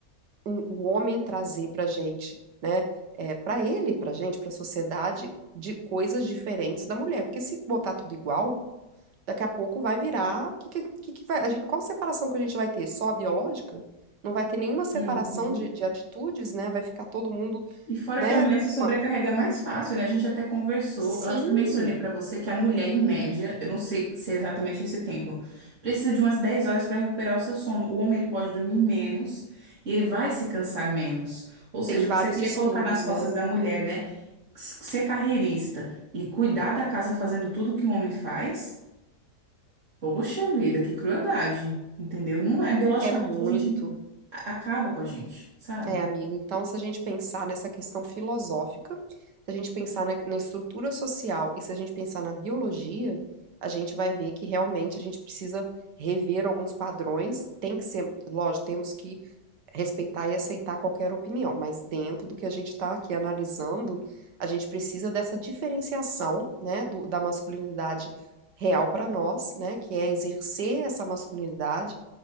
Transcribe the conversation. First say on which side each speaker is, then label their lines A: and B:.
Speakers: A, on the right; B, on the right.
A: o o homem trazer para gente, né? É, para ele, para gente, para a sociedade, de coisas diferentes da mulher. Porque se botar tudo igual, daqui a pouco vai virar. Que, que, que que vai, a gente, qual separação que a gente vai ter? Só a biológica? Não vai ter nenhuma separação
B: Uhum.
A: de, de atitudes, né? Vai ficar todo mundo,
B: E fora
A: né?
B: que a mulher se sobrecarrega
A: com a-
B: mais fácil, né? A gente até conversou,
A: Sim,
B: eu acho que eu mencionei pra você que a mulher, em média, eu não sei se é exatamente esse tempo, precisa de umas 10 horas pra recuperar o seu sono. O homem, ele pode dormir menos e ele vai se cansar menos. Ou seja,
A: tem vários
B: você queria
A: estudos,
B: colocar nas costas
A: né?
B: da mulher, né? s- Ser carreirista e cuidar da casa fazendo tudo que um homem faz? Poxa vida, que crueldade, entendeu? Não é, biologicamente
A: É muito.
B: a gente a- acaba com a gente, sabe?
A: É, amigo, então se a gente pensar nessa questão filosófica, se a gente pensar na, na estrutura social e se a gente pensar na biologia, a gente vai ver que realmente a gente precisa rever alguns padrões. Tem que ser, lógico, temos que respeitar e aceitar qualquer opinião, mas dentro do que a gente está aqui analisando, a gente precisa dessa diferenciação, né, do- da masculinidade real para nós, né, que é exercer essa masculinidade